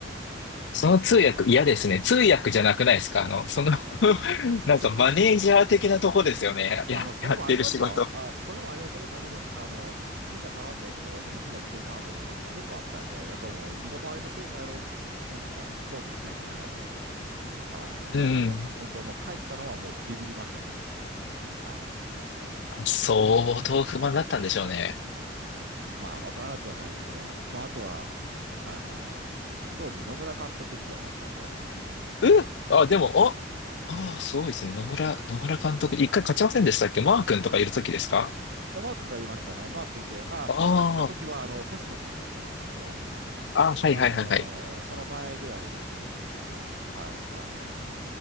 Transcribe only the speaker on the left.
その通訳嫌ですね。通訳じゃなくないですかあの、その <laughs>
なんかマネージャー的なとこですよね。
や、
やってる仕事。
うん。
あ相当不満だったんでしょうね。
うんあ、でも、あ、ああ、そうですね。野村、野村監督、一回勝ちませんでしたっけマー君とかいるときですか
あ
あ、あ、はいはいはいはい。